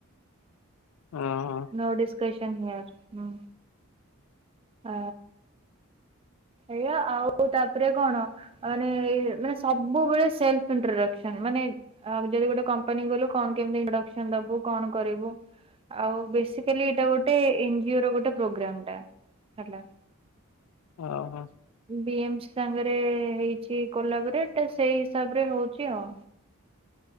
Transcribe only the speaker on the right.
ନଡି କେସନ ହୟାର ହୁଁ ଆ ଏଇଆ ଆଉ ତାପରେ କଣ ମାନ ମାନେ ସବୁବେଳେ ସେଲ୍ଫ ଇଣ୍ଟ୍ରଡକସନ ମାନେ ଯଦି ଗୋଟେ କମ୍ପାନୀ ଗଲୁ କଣ କେମତି କଣ କରିବୁ ଆଉ ବେଶିକାଲି ଏଟା ଗୋଟେ ଏଞ୍ଜିଓର ଗୋଟେ ପ୍ରୋଗ୍ରାମଟା ହେଲା।
ବିମସି ସାଙ୍ଗରେ ହେଇଛି କୋଲାପରେଟ ସେଇ ହିସାବରେ ହଉଛି ଆଉ